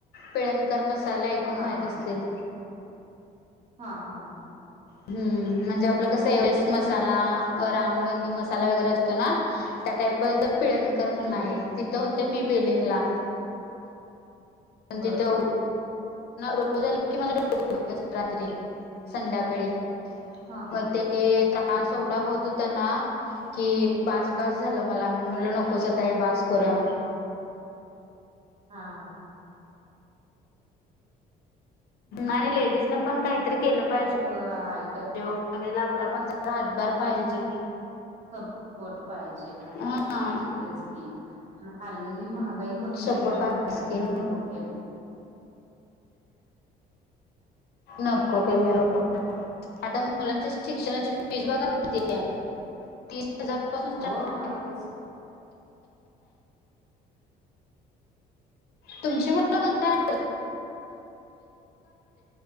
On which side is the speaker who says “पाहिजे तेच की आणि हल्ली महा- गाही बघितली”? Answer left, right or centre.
Right